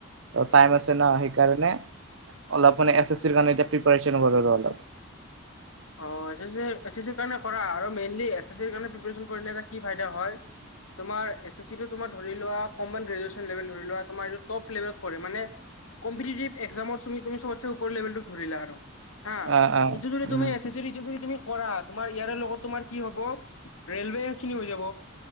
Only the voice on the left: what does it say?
অ এছ এছ চি কাৰণ কৰা আৰু মেইনলি এ এছ কাৰণ প্ৰিপেৰেচন কৰিলে এটা কি ফাইদা হয় তোমাৰ এছ এছি টো তম ধৰিলোৱা কমন গেজুৱেছন লেবেল ধৰি লোৱা টপ লেবেলট মানে কম্পিটিটিভ এক্জামৰু তমি চবচে উপৰ লেভেলটোক ধৰিলা আৰু হা
এইটো যদি
তুমি এছ এছ তুমি কৰা তোমাৰ ইয়াৰে লগত তোমাৰ কি হব ৰেলোৱে খিনি হৈ যাব